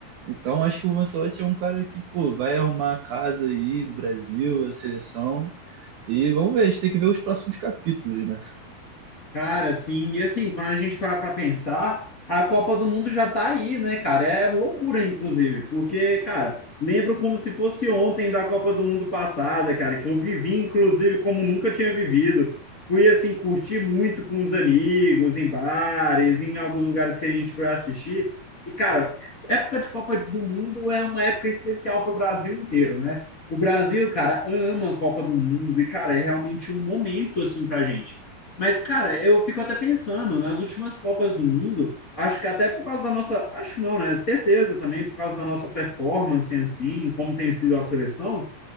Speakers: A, on the right (about 65°); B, on the left (about 30°).
A: Então acho que o Ancelotti é um cara que, pô, vai arrumar a casa aí do Brasil, a seleção e vamos ver, a gente tem que ver os próximos capítulos, né?
B: Cara, assim, e assim, quando a gente para para pensar, a Copa do Mundo já tá aí, né, cara? É loucura, inclusive, porque, cara, lembro como se fosse ontem da Copa do Mundo passada, cara, que eu vivi, inclusive, como nunca tinha vivido. Fui, assim, curtir muito com os amigos, em bares, em alguns lugares que a gente foi assistir. E, cara, época de Copa do Mundo é uma época especial para o Brasil inteiro, né? O Brasil, cara, ama a Copa do Mundo e, cara, é realmente um momento, assim, pra gente. Mas, cara, eu fico até pensando, nas últimas Copas do Mundo, acho que até por causa da nossa, acho não, né? Certeza também, por causa da nossa performance em si, em como tem sido a seleção,